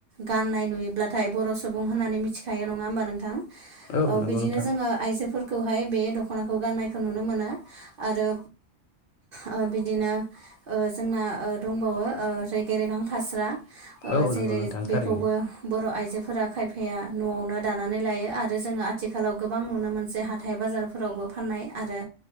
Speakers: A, on the right; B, on the left.
A: गाननाय नुयोब्लाथाय बर'सु। सुबुं होननानै मिथिखायो नङा होमबा नोंथां अ
B: औ नंगौ
A: बिदिनो
B: नोंथां
A: जोङो आइजोफोर। खौहाय बे दख'नाखौ गाननायखौ नुनो मोनो आरो। ओ बिदिनो ओ जोंना ओ दंबावो ओ रेगे रेगां फास्रा। ओ
B: औ
A: जेरै
B: नंगौ नोंथां
A: बेखौबो।
B: थारैनो
A: बर' आइजोफोरा खायफाया न'आवनो दानानै लायो आरो जोङो आथिखालाव गोबां नुनो मोनसे हा। हाथाइ बाजारफोरावबो फाननाय आरो